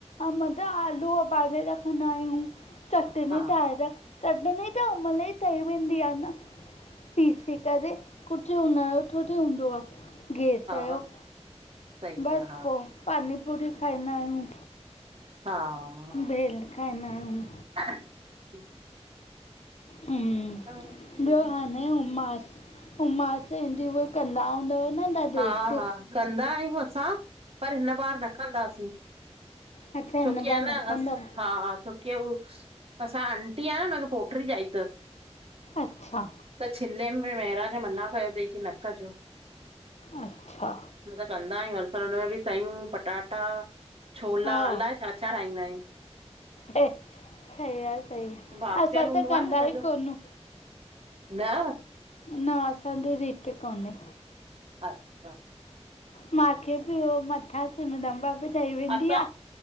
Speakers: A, on the left; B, on the right.
A: अमद आलू ओबारे रखंदा आहियूं। चटनी
B: हा
A: ठाहे रख, चटनी त उमहल ई ठही वेंदी आ न। पीसे करे कुझु हुन यो थोड़ी हुंदो आ गैस यो।
B: हा सही
A: बस
B: आ
A: पो पानी पुरी खाईंदा आहियूं।
B: हा
A: भेल खाईंदा आहियूं।
B: <inaudible>
A: हम्म
B: हा
A: ॿियो हाने उमास उमास इंटरव्यू कंदा हूंदव न दादी
B: हा
A: एक्ट
B: हा कंदा आहियूं असां पर हिन बार न कंदासीं,
A: हा हिन
B: छोकी
A: बार
B: अ न
A: कंदासीं अच्छा हिन बार कंदव
B: अस हा हा छो के हू असां आंटी आय न हुनखे पोट्री ॼाई तसि।
A: अच्छा
B: त छिल्ले में महिराज मना कयो तई की न कजो
A: अच्छा
B: असां कंदा आहियूं हर साल हुन में बि सयूं पटाटा छोला
A: हा
B: अलाये छा छा ठाहींदा आहियूं।
A: ऐ सही आ सही आ
B: बाफ़ियल
A: असां
B: हूंदो
A: त कंदा
B: आहे न हिनजो
A: ई कोनू
B: न
A: न असांजी रीत कोने
B: अच्छा
A: मांखे बि ओ मथां सिम दंबा बि ॾई वेंदी
B: असां
A: आ